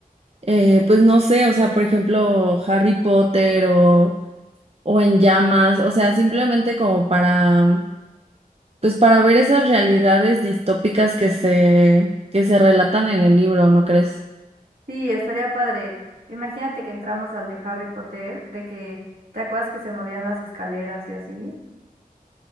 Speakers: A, on the right; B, on the right.
A: eh, pues no sé, o sea, por ejemplo, Harry Potter o, o En Llamas, o sea, simplemente como para, pues para ver esas realidades distópicas que se, que se relatan en el libro, ¿no crees?
B: Sí, estaría padre. Imagínate que entramos al de Harry Potter, de que te acuerdas que se movían las escaleras y así.